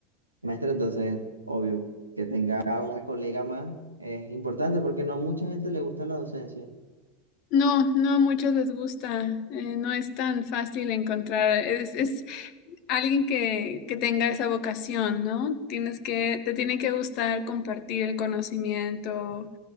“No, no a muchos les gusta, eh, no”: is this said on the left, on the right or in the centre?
Left